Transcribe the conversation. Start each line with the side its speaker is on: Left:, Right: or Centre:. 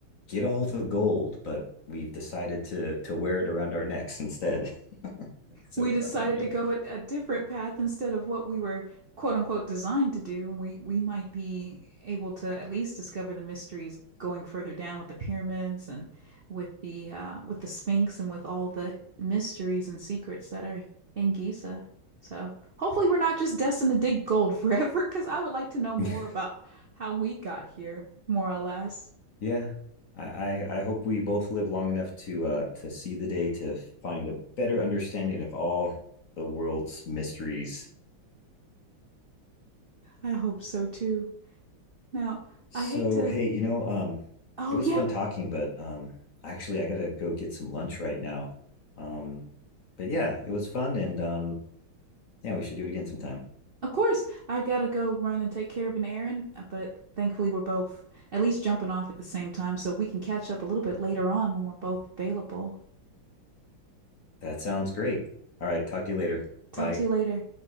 Left: get all the gold, but we've decided to to wear it around our necks instead. <laughs> it's so
Right: We decided
Left: funny to me.
Right: to go a, a different path instead of what we were quote unquote designed to do. And we we might be able to at least discover the mysteries going further down with the pyramids and with the uh, with the Sphinx and with all the mysteries and secrets that are in Giza. So hopefully we're not just destined to dig gold <laughs> forever, because I would like to know more
Left: <laughs>
Right: about how we got here, more or less.
Left: Yeah. I, I I hope we both live long enough to uh to see the day to find a better understanding of all the world's mysteries.
Right: I hope so too. Now,
Left: So
Right: I hate to.
Left: hey, you know, um
Right: Oh,
Left: it was
Right: yep,
Left: fun talking, but um actually I gotta go get some lunch right now. Um but yeah, it was fun and um yeah, we should do it again sometime.
Right: of course. I've got to go run and take care of an errand, but thankfully we're both at least jumping off at the same time, so we can catch up a little bit later on when we're both available.
Left: That sounds great. All right, talk to you later.
Right: Talk
Left: Bye.
Right: to you later.